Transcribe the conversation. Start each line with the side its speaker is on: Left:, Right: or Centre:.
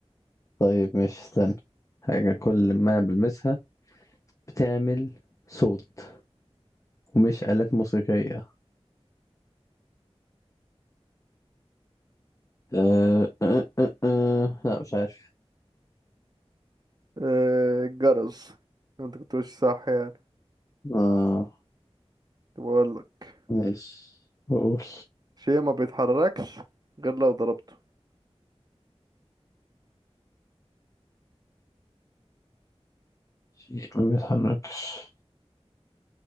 Left: طيب ماشي استنى حاجه كل ما بلمسها بتعمل صوت ومش آلات موسيقيه آه آه آه آه. لا مش عارف
Right: آه، الجرس انت كنت ماشي صح يعني
Left: اه
Right: طب اقول لك
Left: ماشي بقول
Right: شيء ما بيتحركش غير لو ضربته
Left: شيء ما بيتحركش